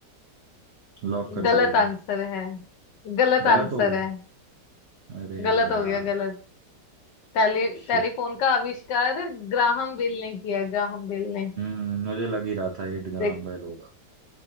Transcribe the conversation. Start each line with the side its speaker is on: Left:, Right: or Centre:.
Right: लॉक कर
Left: गलत
Right: दिया जाए
Left: आंसर है गलत
Right: गलत
Left: आंसर
Right: हो गया
Left: है
Right: अरे
Left: गलत
Right: यार
Left: हो गया गलत टेली
Right: शिट
Left: टेलीफोन का आविष्कार ग्राहम बेल ने किया ग्राहम बेल ने
Right: हम्म मुझे लग ही रहा था एट ग्राम
Left: देख
Right: बेल होगा